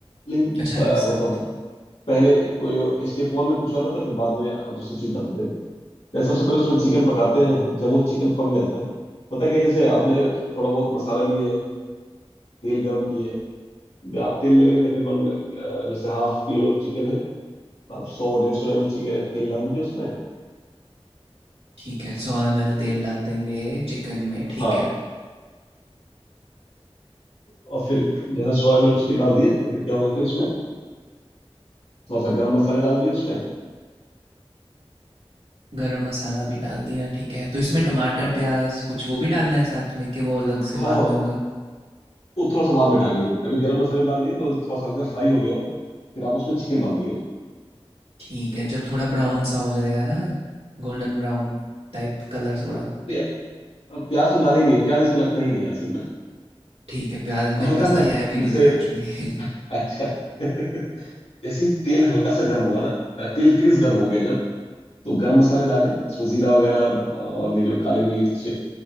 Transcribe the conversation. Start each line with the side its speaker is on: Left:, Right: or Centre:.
Left: लेकिन
Right: अच्छा,
Left: ब-
Right: एक साथ,
Left: मतलब
Right: ठीक
Left: पहले कोई स्टेप वन में कुछ और रहता है फिर बाद में दूसरी चीज डालते हैं जैसे सबसे पहले उसमें चिकन पकाते हैं जब वो चिकन पक जाता है पता क्या है, जैसे आपने थोड़ा बहुत मसाला लिए तेल गर्म किए आप तेल ले लेंगे तकरीबन अ, जैसे हाफ किलो चिकन है तो आप सौ डेढ़ सौ एम एल चिकन तेल डाल दीजिए उसमें
Right: ठीक है। 100 एमएल तेल डाल देंगे चिकन में, ठीक
Left: हाँ
Right: है।
Left: और फिर जैसे सौ एम एल चिकन डाल दिए तो फिर क्या होगा कि उसमें थोड़ा सा गर्म मसाले डाल दिए उसमें
Right: गरम मसाला भी डाल दिया, ठीक है। तो इसमें टमाटर,
Left: हाँ
Right: प्याज़ कुछ वो भी डालना है साथ में कि वो अलग से
Left: हाँ
Right: बाद
Left: हाँ
Right: में होगा?
Left: वो थोड़ा सा बाद में डालेंगे अभी गर्म मसाले डाल दिए तो थोड़ा सा हल्का फ्राई हो गया हो फिर आप उसमें चिकन डाल दिए
Right: ठीक है जब थोड़ा ब्राउन सा हो जाएगा ना गोल्डन ब्राउन टाइप कलर थोड़ा
Left: हाँ नहीं, अ, प्याज तो डाले ही नहीं है प्याज इसमें लगता ही नहीं है असल में
Right: ठीक है प्याज
Left: तो
Right: मेरे
Left: हल्का
Right: पास ना
Left: सा
Right: है भी नहीं
Left: जैसे
Right: थे एक्चुअली <laughs>
Left: अच्छा <laughs> जैसे ही तेल हल्का सा गर्म हुआ ना अ, तेल तेज गर्म हो गया जब तो गर्म मसाले डाले इसमें जीरा वगैरह अ, और भी जो काली मिर्च